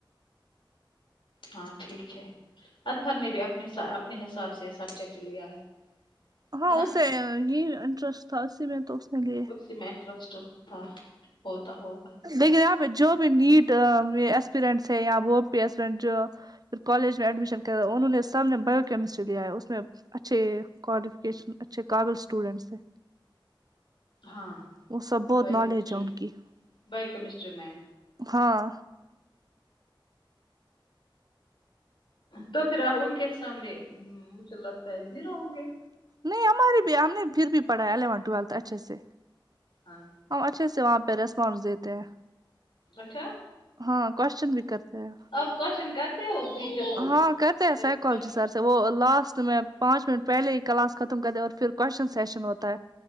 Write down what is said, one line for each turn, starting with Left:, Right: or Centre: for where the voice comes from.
Left: ہاں ٹھیک ہے اطفر نے بھی اپنے اپنے حساب سے یہ سبجیکٹ لیا ہے
Right: ہاں
Left: ہے نا
Right: اسے یہ انٹرسٹ تھا اسی میں تو اس نے لیا
Left: سیمینٹ رسٹ تھا ہوتا ہوگا
Right: لیکن یہاں پہ جو بھی نیٹ ایکسپرینٹس ہے وہ بھیپن جو پھر کالج میں ایڈمیشن کر انہوں نے سام نے بیو کیمسٹری لیا اس میں اچھے کوالیفکیشن اچھے قابل اسٹوڈنٹس ہیں
Left: ہاں
Right: وہ سب بہت
Left: بائیو
Right: نالج
Left: کیمسٹری
Right: ہے ان
Left: میں
Right: کی
Left: بائیو کیمسٹری میں
Right: ہاں
Left: تو پھر آپ ان کے سامنے مجھے لگتا ہے زیرو ہوں گے
Right: نہیں ہماراری بھی ہم نے پھر بھی پڑھایا الیون ٹویلتھ اچھے سے
Left: ہاں
Right: ہم اچھے سے وہاں پہ ریسپانس دیتے ہیں
Left: اچھا
Right: ہاں کوشچن بھی کرتے ہیں
Left: آپ کوشن کرتے ہو کو
Right: ہاں کہتے
Left: ٹیچر
Right: ہیں سائیکالوجی
Left: سے کوشچن
Right: سر
Left: پوچھتے
Right: سے
Left: ہیں
Right: وہ لاسٹ میں پانچ منٹ پہلے ہی کلاس ختم کر د اور پھر کوشچن سشن ہوتا ہے